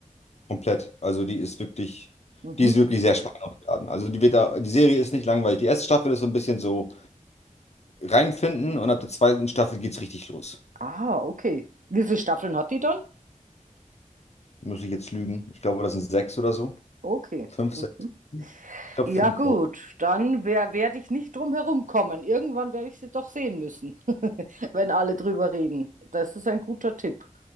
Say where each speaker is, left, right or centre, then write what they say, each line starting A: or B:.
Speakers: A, on the left; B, on the right.
A: Komplett. Also die ist wirklich,
B: Mhm.
A: die ist wirklich sehr spannend aufgeladen. Also die wird da, die Serie ist nicht langweilig. Die erste Staffel ist so ein bisschen so reinfinden und ab der zweiten Staffel geht's richtig los.
B: Ah, okay. Wie viele Staffeln hat die dann?
A: Muss ich jetzt lügen? Ich glaube, das sind sechs oder so.
B: Okay.
A: Fünf,
B: Mhm.
A: sechs. Ich glaube,
B: Ja,
A: fünf,
B: gut,
A: sechs.
B: dann werde ich nicht drum herum kommen. Irgendwann werde ich sie doch sehen müssen, <laughs> wenn alle drüber reden. Das ist ein guter Tipp.